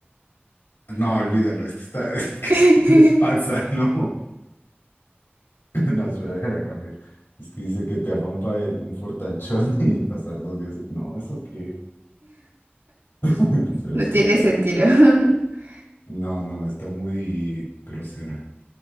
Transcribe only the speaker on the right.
<laughs>
No
tiene
sentido. <laughs>